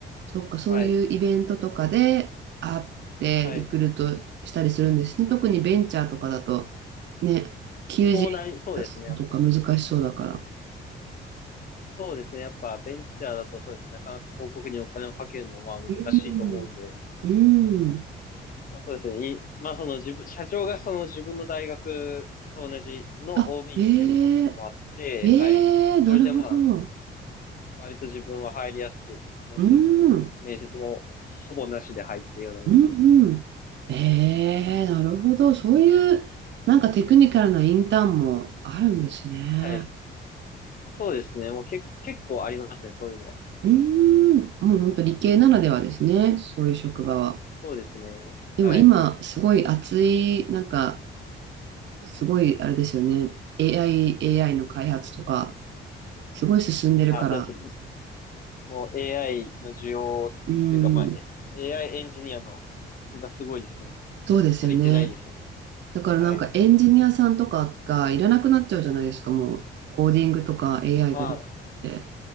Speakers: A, on the right; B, on the left.
A: そっか、そういうイベントとかで会ってリクルートしたりするんですね。
B: はい。はい。
A: 特にベンチャーとかだと、ね、求人出すのとか難しそうだから。
B: そうなり、そうですね。そうですね。やっぱ、ベンチャーだとそうですね。なかなか広告にお金をかけるのも、まあ、難しいと思うんで。
A: うんうん、
B: まあ、そうですね。いまあ、その自分、社長がその自分の大学と同じの
A: あ、
B: OB
A: ええ
B: っていうこともあって、
A: え
B: はい。
A: えなるほど。
B: それでまあ、割と自分は入りやすく、もうすって、
A: うん、うん、
B: 面接もほぼなしで入ったようなもんで。
A: うん。ええなるほど。そういう、なんかテクニカルなインターンもあるんですね。
B: はい。そうですね。もうけ、結構ありますね。そういうのは。
A: うん、もう本当理系ならではですね。そういう職場は。
B: そうですね。
A: でも今、
B: はい。
A: すごい熱い、なんか、すごい、あれですよね。AI、AI の開発とか、すごい進んでるから。
B: あ、そうですね。もう AI の需要というか、
A: うん、
B: まあ、え AI エンジニアの不足がすごいですね。
A: そうですよね。
B: 足りてないですね。
A: だからなんかエンジニアさんとかがいらなくなっちゃうじゃないですか、
B: はい。
A: もう。コーディングとか AI
B: まあ、
A: ができて。